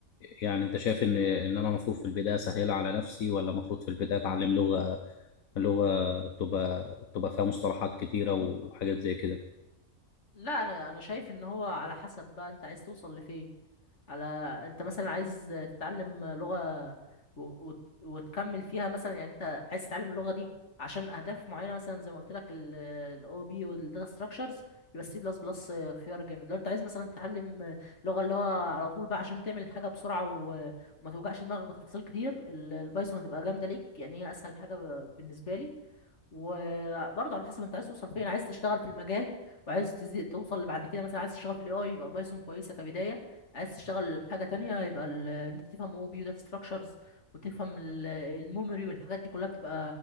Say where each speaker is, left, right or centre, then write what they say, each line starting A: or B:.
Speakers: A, on the left (about 75°); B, on the left (about 55°).
A: يعني انت شايف ان ان انا المفروض في البدايه اسهلها على نفسي ولا المفروض في البدايه اتعلم لغه لغه تبقى تبقى فيها مصطلحات كتيره وحاجات زي كده
B: لا انا انا شايف ان هو على حسب بقى انت عايز توصل لفين على انت مثلا عايز تتعلم لغة و... وت- وتكمل فيها مثلا يعني انت عايز تتعلم اللغة دي عشان اهداف معينة مثلا زي ما قلت لك الاو بي والداتا ستراكشرز يبقى السي بلس بلس خيار جامد لو انت عايز مثلا تتعلم لغة اللي هو على طول بقى عشان تعمل حاجة بسرعة و... وما توجعش دماغك بتفاصيل كتير ال- البايثون هتبقى جامدة ليك يعني هي اسهل حاجة ب- بالنسبة لي وبرضه على حسب انت عايز توصل فين عايز تشتغل في المجال وعايز تز- توصل لبعد كده مثلا عايز تشتغل في الاي اي يبقى البايثون كويسه كبدايه عايز تشتغل حاجه تانية يبقى ال- ان انت تفهم او بي داتا ستراكشرز وتفهم ال- الميموري والحاجات دي كلها بتبقى